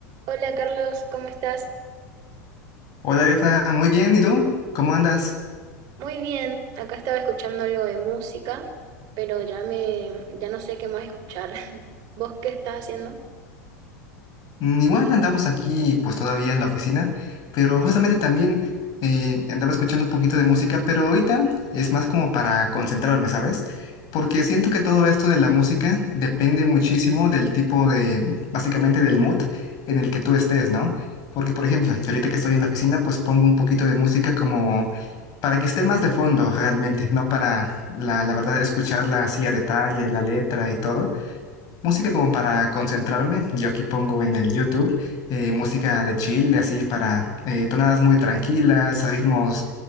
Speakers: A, on the right; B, on the left.
A: Hola Carlos, ¿cómo estás?
B: Hola, Arieta, muy bien, ¿y tú? ¿Cómo andas?
A: Muy bien, acá estaba escuchando algo de música, pero ya me, ya no sé qué más escuchar. <laughs> ¿Vos qué estás haciendo?
B: Mm, Igual andamos aquí, pues todavía en la oficina, pero justamente también eh, andaba escuchando un poquito de música, pero ahorita es más como para concentrarme, ¿sabes? Porque siento que todo esto de la música depende muchísimo del tipo de, básicamente del mood en el que tú estés, ¿no? Porque, por ejemplo, yo ahorita que estoy en la oficina, pues pongo un poquito de música como para que esté más de fondo realmente, no para, la, la verdad, escucharla así a detalle, la letra y todo Música como para concentrarme, yo aquí pongo en el YouTube eh, música de chill, así para eh, tonadas muy tranquilas, ritmos